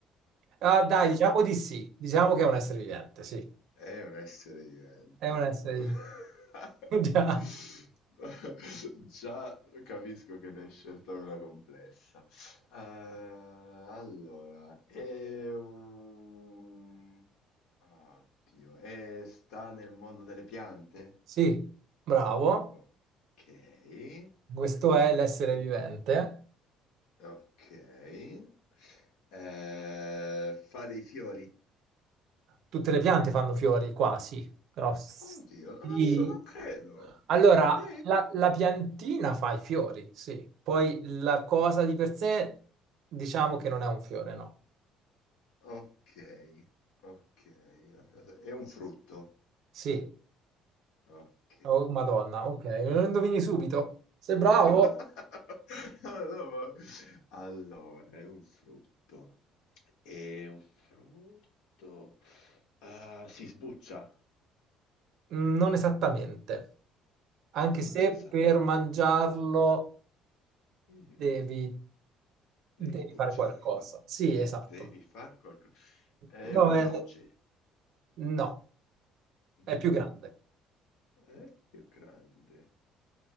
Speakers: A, on the right; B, on the left.
A: Ah, dai,
B: Ah.
A: diciamo di sì. Diciamo che è un essere vivente, sì.
B: È un essere vivente.
A: È un essere
B: <laughs>
A: vivente. <laughs> Già.
B: Già capisco che ne hai scelta una complessa. Eh, allora, è un... Oddio, è- sta nel mondo delle piante?
A: Sì, bravo.
B: Ok. Eh,
A: Questo è l'essere vivente.
B: ok. Eh, fa dei fiori?
A: Tutte le piante fanno fiori, quasi, però sì.
B: Oddio, non lo so, non credo.
A: Allora,
B: Sì?
A: la, la piantina fa i fiori, sì. Poi la cosa di per sé, diciamo che non è un fiore, no.
B: Ok, ok. la cosa- È un frutto?
A: Sì.
B: Ok.
A: Oh, Madonna, ok. Lo indovini subito. Sei bravo?
B: <laughs> Ah, no, ma- Allora, è un frutto. È un frutto. Ah, si sbuccia.
A: Mm, Non esattamente. Anche
B: Non
A: se
B: esatto.
A: per mangiarlo
B: Devi
A: devi, devi
B: sbucciarlo.
A: fare qualcosa. Sì, esatto.
B: Devi far qualcosa. È
A: No,
B: una
A: è-
B: noce.
A: no,
B: No.
A: è più grande.
B: Eh, più grande.